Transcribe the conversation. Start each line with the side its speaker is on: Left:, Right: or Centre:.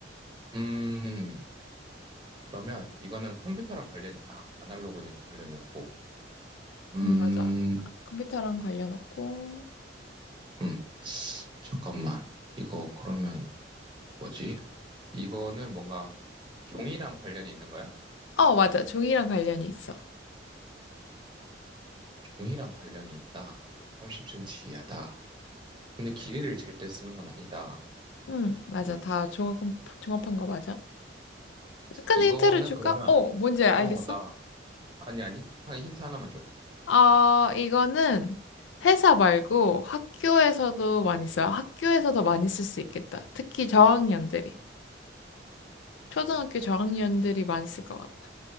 Right: 음, 그러면 이거는 컴퓨터랑 관련, 아, 아날로그니까 관련이 없고. 음,
Left: 응, 맞아. 아, 컴퓨터랑 관련 없고.
Right: 음, 잠깐만. 이거 그러면 뭐지? 이거는 뭔가 종이랑 관련이 있는 거야?
Left: 어, 맞아. 종이랑 관련이 있어.
Right: 종이랑 관련이 있다. 30cm 이하다. 근데 길이를 잴 때 쓰는 건 아니다.
Left: 응, 맞아.
Right: 음,
Left: 다 종합, 종합한 거 맞아. 약간의
Right: 이거는
Left: 힌트를 줄까?
Right: 그러면,
Left: 어, 뭔지 알겠어?
Right: 어, 나, 아니, 아니. 한 힌트 하나만 줘.
Left: 어, 이거는 회사 말고 학교에서도 많이 써요. 학교에서도 많이 쓸 수 있겠다. 특히 저학년들이. 초등학교 저학년들이 많이 쓸 것 같다.